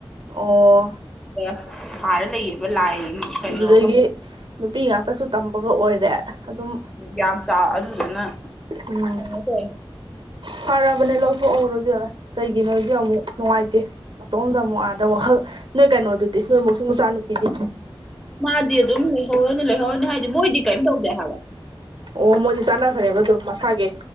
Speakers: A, on the right; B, in the centre.
A: ꯑꯣ
B: <unintelligible> ꯁꯥꯔ ꯂꯩꯌꯦꯕ ꯂꯥꯏ ꯀꯩꯅꯣꯒ
A: ꯑꯗꯨꯗꯒꯤ ꯅꯨꯄꯤ ꯉꯥꯛꯇꯁꯨ ꯇꯝꯕꯒ ꯑꯣꯏꯔꯦ ꯑꯗꯨꯝ
B: ꯌꯥꯝ ꯆꯥꯎ ꯑꯗꯨꯗꯨꯅ
A: ꯎꯝ
B: ꯀꯩꯅꯣ ꯇꯧ
A: ꯐꯔꯕꯅꯦ ꯂꯧꯊꯣꯛꯍꯧꯔ‌ꯣ ꯏꯕ‌ꯦꯝꯃ ꯀꯩꯒꯤꯅꯣꯗꯤ ꯑꯃꯨꯛ ꯅꯨꯡꯉꯥꯏꯇꯦ ꯃꯇꯣꯝꯗ ꯑꯃꯨꯛ ꯑꯥꯗ ꯋꯥꯈꯜ ꯅꯣꯏ ꯀꯩꯅꯣꯗꯨꯗꯤ ꯅꯣꯏ ꯃ‌ꯣꯁꯤꯡ ꯃꯆꯥꯅꯨꯄꯤꯗꯤ
B: ꯃꯥꯗꯤ ꯑꯗꯨꯝ ꯂꯩꯍꯧꯔꯅꯤ ꯂꯩꯍꯧꯔꯅꯤ ꯍꯥꯏꯗꯤ ꯃꯣꯏꯗꯤ ꯀꯩꯝ ꯇꯧꯗꯦ ꯍꯥꯏꯕ
A: ꯑꯣ ꯃꯣꯏꯗꯤ ꯆꯥꯟꯅꯈ꯭ꯔꯦꯕ ꯑꯗꯨꯝ ꯃꯁꯥꯒꯤ